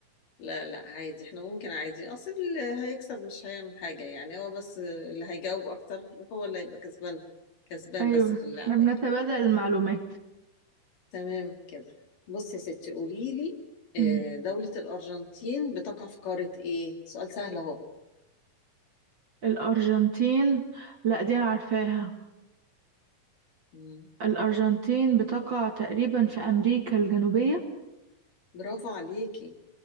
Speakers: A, on the left; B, on the right.
A: لا لا عادي احنا ممكن عادي اصل اللي هيكسب مش هيعمل حاجة يعني هو بس اللي هيجاوب اكتر هو اللي هيبقى كسبان كسبان
B: أيوه
A: بس في اللعبة
B: احنا بنتبادل
A: يعني
B: المعلومات
A: تمام كده بصي يا ستي قولي لي آه،
B: مم.
A: دولة الأرجنتين بتقع في قارة إيه؟ سؤال سهل أهو
B: الأرجنتين لا دي أنا عارفاها
A: مم.
B: الأرجنتين بتقع تقريبا في أمريكا الجنوبية
A: برافو عليكي